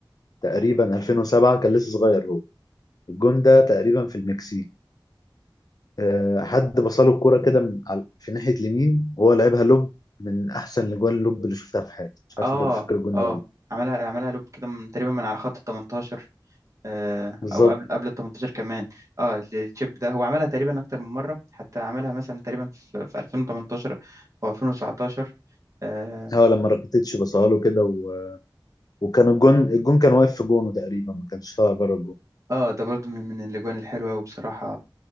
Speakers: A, on the left; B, on the right.
A: تقريبا 2007 كان لسه صغير هو الجون ده تقريبا في المكسيك أه حد بصله الكرة كده من على- في ناحية اليمين وهو لعبها لوب من احسن الاجوان اللوب اللي شفتها في حياتي مش عارف
B: اه
A: انت بتفكر الجون
B: اه
A: ده ولا لأ.
B: عملها عملها لوب كده من تقريبا من على خط ال 18 آه،
A: بالظبط
B: او قبل قبل ال 18 كمان اه التشيب ده هو عملها تقريبا اكتر من مره حتى عملها مثلا تقريبا في في 2018 او 2019 اه
A: اه لما راكيتيتش بصها له كده و... وكان الجون الجون كان واقف في جونه تقريبا ما كانش طالع بره الجون
B: آه، ده برضو من من الاجوان الحلوه وبصراحه